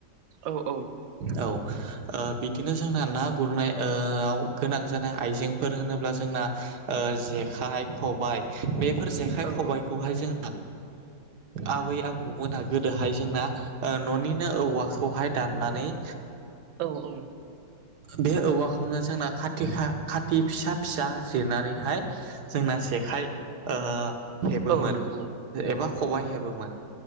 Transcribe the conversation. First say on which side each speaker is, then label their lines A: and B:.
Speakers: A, on the right; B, on the right.
A: औ औ
B: औ बिदिनो जोंना ना गुरनाय गोनां जानाय आइजेंफोर होनोब्ला जोंना जेखाइ खबाइ बेफोर जेखाइ
A: औ
B: खबाइखौहाय जों आबै आबौमोना गोदोहाय जोंना न'निनो औवाखौहाय दाननानै
A: औ औ
B: बे औवाखौनो जोंना खा खाथि फिसा फिसा जिरनानैहाय जोंना जेखाइ खाय हेबोमोन
A: औ नंगौ
B: एबा खबाय हेबोमोन